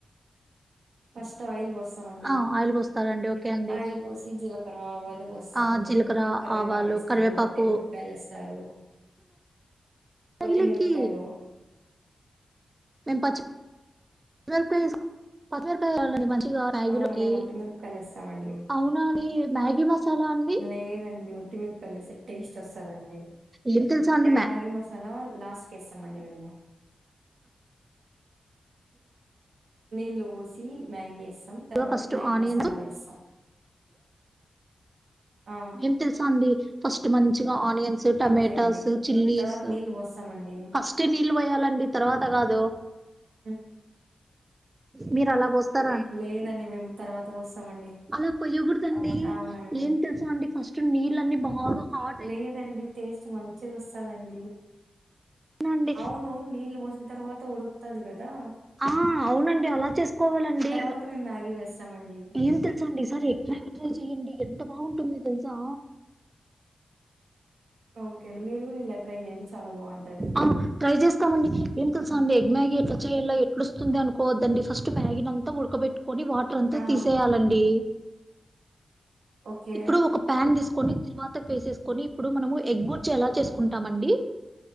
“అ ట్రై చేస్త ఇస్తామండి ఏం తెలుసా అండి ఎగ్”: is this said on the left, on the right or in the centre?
Right